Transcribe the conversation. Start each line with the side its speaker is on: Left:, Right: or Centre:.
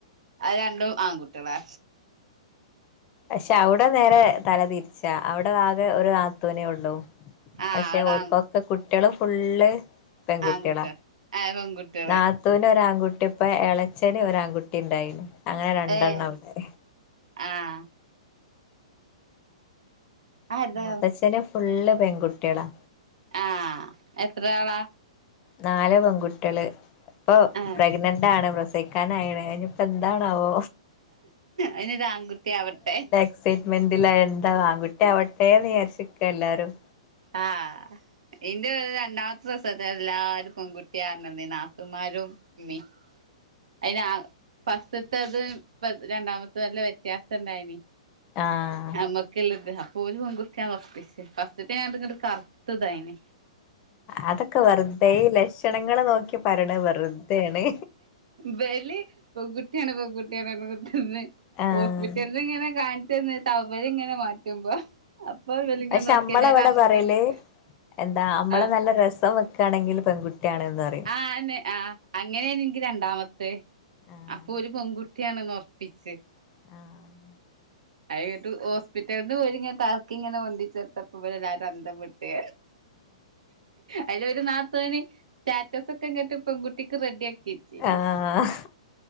Right: അത് രണ്ടും ആൺകുട്ടികളാ
Left: പക്ഷെ അവടെ നേരെ തലതിരിച്ചാ അവിടെ ആകെ ഒരു നാത്തുനേ ഒള്ളൂ
Right: ആഹ്
Left: പക്ഷെ
Right: അവിടെ
Left: ഒൽകൊക്കെ
Right: ആൺ
Left: കുട്ടികള് ഫുള്ള് പെൺകുട്ടികള
Right: ആൺകുട്ടികള് ഏഹ് പെൺകുട്ടികള്
Left: ത തുന് ഒരു ആൺകുട്ടി ഇപ്പ എളച്ചന് ഒരാൺകുട്ടി ണ്ടായിന് അങ്ങനെ രണ്ടെണ്ണ
Right: ഏഹ്
Left: വ്ടെ
Right: ആഹ് ആരുടെ
Left: മുത്തച്ഛന് ഫുള്ള് പെൺകുട്ടികളാ
Right: ആഹ് എത്ര ആളാ
Left: നാല് പെൺകുട്ടികള് ഇപ്പൊ
Right: ആഹ്
Left: പ്രഗ്നന്റാണ് പ്ര സവിക്കാനായിണ് ഇനിപ്പോ എന്താണാവോ
Right: അതിനൊരു ആൺകുട്ടി ആവട്ടെ
Left: എക്സൈറ്റ്മെന്റല്ല എന്താ ആൺകുട്ടി ആവട്ടെന്ന്ചാരിചിക്കാഎല്ലാരും
Right: ആഹ് ഇന്റെ രണ്ടാമത്തെ പ്രസവത്തിൽ എല്ലാരും പെൺകുട്ട്യാറഞ്ഞനിന്നു നാതുമാരും മ്മീം അതിന് അ ഫസ്റ്റ്ത്തത് രണ്ടാമത്തെത് നല്ല വ്യത്യാസംണ്ടായിന്
Left: ആഹ്
Right: നമ്മ ള്ളത് അപ്പോല് പെൺകുട്ടിയാന്ന് ഒറപ്പിച് ഫസ്റ്റ് ഞ ഇങ്ങ്ട്ട് കർത്ത്തായിന്
Left: അതൊക്കെ വെറുതെ ഈ ലക്ഷണങ്ങള് നോക്കി പറയണ വെറുതെണ്
Right: ബല് പെകുട്ടിയാണ് പെകുട്ടി ആണ് റഞ് കൊതിർന്നു
Left: ആഹ്
Right: ഹോസ്പിറ്റൽ ഇത്ങ്ങനെ കാണിച്ചന്ന് ട്ടവൽ ഇങ്ങനെ മാറ്റുമ്പോ അപ്പൊ ഇവലിങ്ങനെ
Left: പക്ഷെ
Right: നോക്കി
Left: നമ്മള
Right: എല്ലാരും
Left: ബടെ
Right: അന്തം
Left: പറയല്
Right: വിട്ട്
Left: എന്താ നമ്മളെ
Right: ആ
Left: നല്ല രസം വെ ക്കാണെങ്കിൽ പെകുട്ടിയാണ് നറയും
Right: ആഹ് അയനെ ആ അങ്ങനെ നിക്ക് രണ്ടാമത്തെ
Left: ആഹ്
Right: അപ്പൊ ഒര് പെൺകുട്ടിയാണ്ന്ന് ഉറപ്പിച്ച്
Left: ആഹ്
Right: അത്ഞ്ഞിട്ട് ഹോസ്പിറ്റൽന്ന് ങ്ങട്ട് ട്ടർക്കി ഇങ്ങനെ പൊന്തിച്ചോട്തപ്പോ ഇബൽ എല്ലാവരും അന്തം വിട്ട് അതില് ഒരു നാതൂന് സ്റ്റാറ്റസൊക്കെ ഇങ്ങിട്ട് പെൺകുട്ടിക്ക് റെഡി ആക്കിച്ചീന്.
Left: ആഹ്